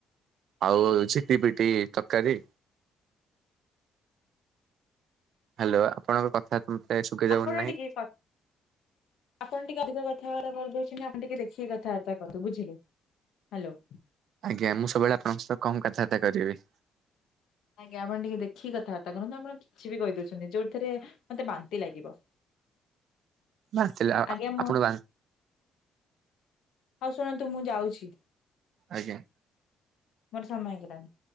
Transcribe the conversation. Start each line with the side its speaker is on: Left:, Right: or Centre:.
Right: ଆଉ ଝିଟି ପିଟି ତରକାରୀ ହ୍ୟାଲୋ ଆପଣଙ୍କ କଥା <unintelligible> ଯାଉନି
Left: ଆପଣ
Right: ନାହିଁ।
Left: ଟିକେ କ ଆପଣ ଟିକେ ଅଧିକ କ କଥାବାର୍ତ୍ତା କରିଦଉଚନ୍ତି ଆମେ ଟିକେ ଦେଖିକି କଥାବାର୍ତ୍ତା କରଦୁ ବୁଝିଲେ ହ୍ୟାଲୋ।
Right: ଆଜ୍ଞା ମୁଁ ସବୁବେଳେ ଆପଣଙ୍କ ସହିତ କମ୍ କଥାବାର୍ତା କରିବି।
Left: ଆଜ୍ଞା ଆପଣ ଟିକେ ଦେଖିକି କଥାବାର୍ତ୍ତା କରନ୍ତୁ। ଆପଣ କିଛି ବି କହି ଦଉଚନ୍ତି ଯୋଉଥିରେ ମତେ ବାନ୍ତି ଲାଗିବ। <inaudible>
Right: ବାନ୍ତିଲେ ଆ
Left: ଆଜ୍ଞା
Right: ଆ
Left: ମୋ
Right: ଆପଣ ବା
Left: ହଉ ଶୁଣନ୍ତୁ ମୁଁ ଯାଉଚି।
Right: ଆଜ୍ଞା।
Left: ମୋର ସମୟ ହେଇଗଲାଣି।